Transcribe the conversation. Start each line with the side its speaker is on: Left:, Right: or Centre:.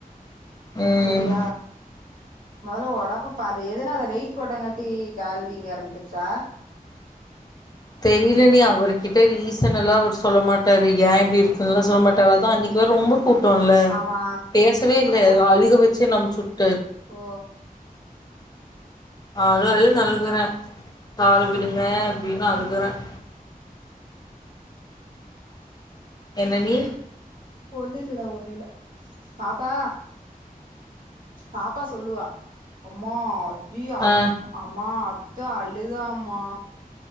Left: ம்
Right: செரியா மொதல்ல ஒடம்ப பாரு எதனால வெயிட் போட்டாங்காட்டி கால் வீங்க ஆரம்பிச்சிருச்சா
Left: தெரியல டி அவர்கிட்ட ரீசன் எல்லாம் அவர் சொல்ல மாட்டாரு ஏன் இப்படி இருக்குதுல்லாம் சொல்ல மாட்டாரு அதான் அன்னைக்கு ஒரு ரொம்ப கூப்டோம்ல
Right: ஆமா
Left: பேசவே இல்ல அழுக வச்சு என்ன அனுப்ச்சு விட்
Right: ஓ
Left: நான் அழத அழுத அழுகுறேன் கால விடுங்க அப்டின்னு அழுகுறேன் என்ன நி
Right: ஒண்ணு இல்லடா ஒண்ணுல பாப்பா பாப்பா சொல்லுவா அம்மா டியர் அது
Left: ஆ
Right: அம்மா அத்த அழுதாம்மா